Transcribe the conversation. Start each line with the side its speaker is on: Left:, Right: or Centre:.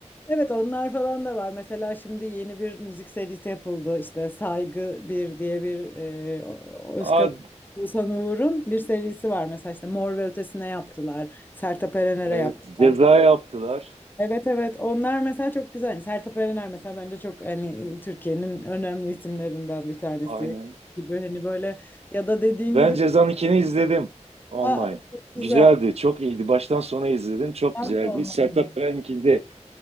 Left: Evet onlar falan da var. Mesela şimdi yeni bir müzik serisi yapıldı. İşte Saygı bir diye bir e, o- Özkan
Right: Aa,
Left: Oğuzhan Uğur'un bir serisi var. Mesela işte Mor ve Ötesi'ne yaptılar. Sertab Erener'e
Right: evet,
Left: yaptılar.
Right: Ceza yaptılar.
Left: Evet evet onlar mesela çok güzel. Hani Sertab Erener mesela bence çok hani Türkiye'nin önemli isimlerinden bir tanesi
Right: Aynen.
Left: gibi hani böyle ya da dediğin
Right: Ben
Left: gibi
Right: Ceza'nın ikini izledim online.
Left: Aa, çok güzel.
Right: Güzeldi, çok iyiydi. Baştan sona izledim, çok
Left: Ben
Right: güzeldi.
Left: de onlarla
Right: Sertab Erenkini de